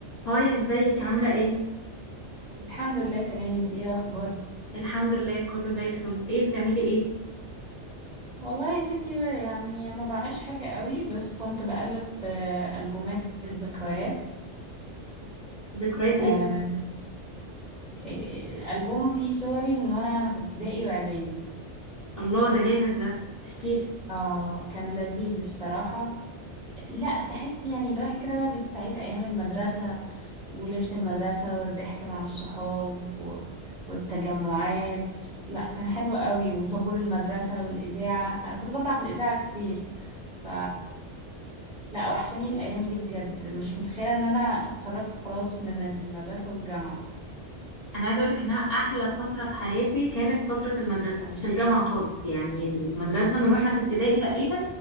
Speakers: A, on the left; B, on the right.
A: هاي ازيك عاملة ايه؟
B: الحمد لله تمام انتي ايه اخبارك
A: الحمد لله كله زي الفل ايه بتعملي ايه؟
B: والله يا ستي يعني ما بعملش حاجة قوي بس كنت بقلب في ألبومات الذكريات
A: ذكريات ايه؟
B: آه،
A: بقى؟
B: إيه، ألبوم فيه صوري من وانا في ابتدائي واعدادي
A: الله ده جامد ده احكيلي
B: اه كان لذيذ الصراحة لا تحس يعني الواحد كده بقى بالسعيد ايام المدرسة ولبس المدرسة والضحك مع الصحاب و... والتجمعات لا كان حلو قوي وطابور المدرسة والإذاعة أنا كنت بطلع في الإذاعة كتير ف لا وحشاني الأيام دي بجد مش متخيلة إن أنا اتخرجت خلاص من المدرسة والجامعة
A: انا عايزة اقولك انها احلى فترة في حياتي كانت فترة المدرسة مش الجامعة خالص يعني المدرسة من واحنا في ابتدائي تقريبا